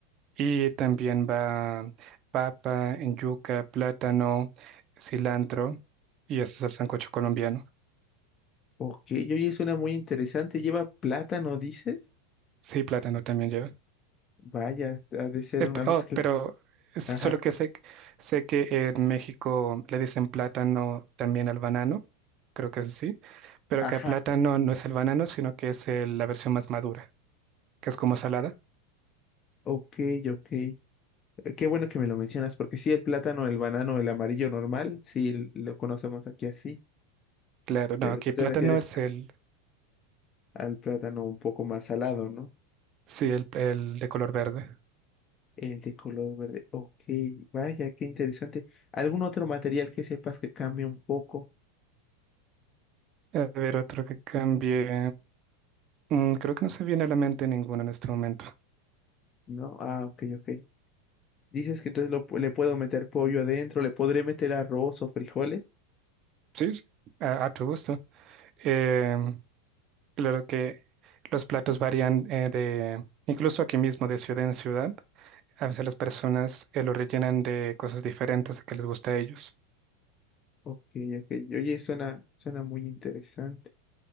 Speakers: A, on the right; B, on the left.
A: y también va papa, yuca, plátano, cilantro y este es el sancocho colombiano.
B: Ok, oye, suena muy interesante. ¿Lleva plátano, dices?
A: Sí, plátano también lleva.
B: Vaya, ha de ser
A: Espe-
B: una mezcla.
A: oh, pero es solo
B: Ajá,
A: que sé, sé que en México le dicen plátano también al banano, creo que es así, pero
B: ajá,
A: acá plátano no es el banano, sino que es el- la versión más madura, que es como salada.
B: ok, ok. Qué bueno que me lo mencionas, porque sí, el plátano, el banano, el amarillo normal, sí l- lo conocemos aquí así,
A: Claro, no,
B: pero
A: aquí
B: tú te
A: plátano
B: refieres
A: es el,
B: al plátano un poco más salado, ¿no?
A: sí, el, el de color verde.
B: El de color verde. Ok, vaya, qué interesante. ¿Algún otro material que sepas que cambie un poco?
A: A ver, otro que cambie. Mm, creo que no se viene a la mente ninguno en este momento.
B: No, ah, ok, ok. Dices que entonces lo pu- le puedo meter pollo adentro, le podré meter arroz o frijoles.
A: Sí, sí, a, a tu gusto. Em, claro que los platos varían eh, de, incluso aquí mismo, de ciudad en ciudad. A veces las personas eh, lo rellenan de cosas diferentes que les gusta a ellos.
B: Ok, ok. Oye, suena, suena muy interesante.